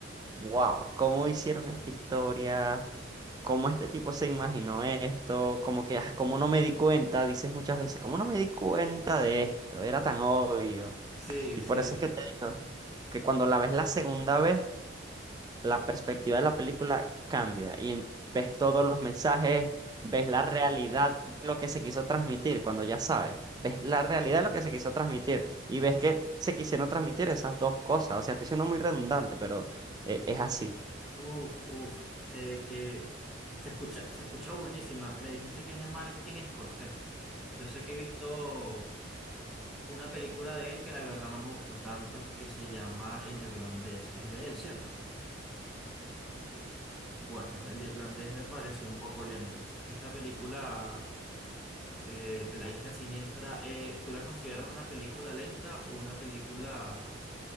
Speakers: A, on the right (about 20°); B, in the centre.
A: wow, ¿cómo hicieron esta historia? cómo este tipo se imaginó esto, como que, ah, cómo no me di cuenta, dices muchas veces, cómo no me di cuenta de esto, era tan obvio.
B: Sí,
A: Y
B: sí.
A: por eso es que te digo que cuando la ves la segunda vez, la perspectiva de la película cambia y en- ves todos los mensajes, ves la realidad de lo que se quiso transmitir, cuando ya sabes, ves la realidad de lo que se quiso transmitir y ves que se quisieron transmitir esas dos cosas. O sea, estoy siendo muy redundante, pero eh, es así.
B: Uf, uf, que, que se escucha, se escucha buenísima. Me dijiste que es de Martin Scorsese. Yo sé que he visto una película de él que la verdad no me gustó tanto, que se llama El Irlandés. Es de él, ¿cierto? Bueno, El Irlandés me pareció un poco lenta. Esta película eh, de la Isla Siniestra, eh, ¿tú la consideras una película lenta o una película